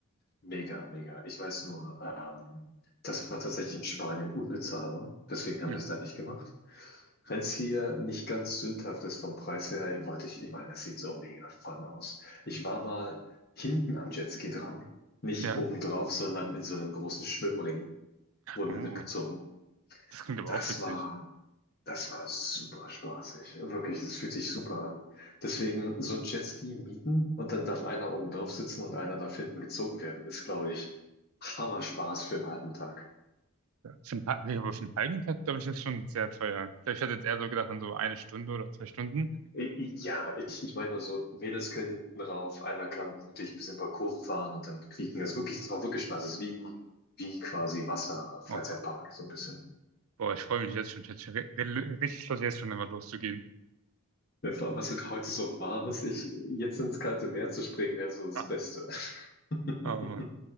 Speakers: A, on the left; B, on the right.
A: Mega, mega. Ich weiß nur, ähm, das war tatsächlich in Spanien unbezahlbar. Deswegen haben
B: Hm.
A: wir es da nicht gemacht. Wenn es hier nicht ganz sündhaft ist vom Preis her, wollte ich, ich meine, das sieht so mega fun aus. Ich war mal hinten am Jetski dran. Nicht
B: Ja.
A: obendrauf, sondern in so einem großen Schwimmring wurden
B: Oh.
A: wir mitgezogen.
B: Das klingt aber
A: Das
B: auch witzig.
A: war das war super spaßig. Wirklich, das fühlt sich super an. Deswegen so ein Jetski mieten und dann darf einer oben drauf sitzen und einer darf hinten gezogen werden, ist, glaube ich, Hammer Spaß für einen halben Tag.
B: Ja. Für einen, ha- nee, aber für einen halben Tag, glaube ich, ist schon sehr teuer. Ich glaub, ich hatte jetzt eher so gedacht an so eine Stunde oder zwei Stunden.
A: I- i- Ja, ich, ich meine nur so, Mädels können hinten rauf, einer kann dich ein bisschen ein paar Kurven fahren und dann quieken. Das ist wirklich, das macht wirklich Spaß. Das ist wie, wie quasi Wasser, Freizeitpark,
B: Oh,
A: so ein bisschen.
B: boah, ich freue mich jetzt schon. Ich hätte schon re- re- richtig Lust, jetzt schon einfach loszugehen.
A: Ja, Vor allem, was heute so warm ist, ich, jetzt ins kalte Meer zu springen, wäre so das
B: Ah,
A: Beste. <laughs>
B: oh Mann.